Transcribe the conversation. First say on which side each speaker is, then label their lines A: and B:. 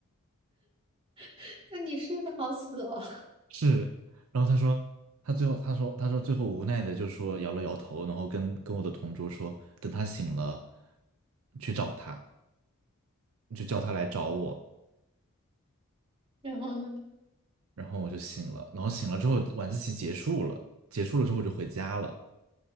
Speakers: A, on the right (about 25°); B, on the right (about 60°).
A: <laughs> 那你睡得好死哦。<laughs>
B: 是，然后他说，他最后他说他说最后无奈的就说摇了摇头，然后跟跟我的同桌说，等他醒了去找他，就叫他来找我。
A: 然后呢，
B: 然后我就醒了，然后醒了之后晚自习结束了，结束了之后我就回家了。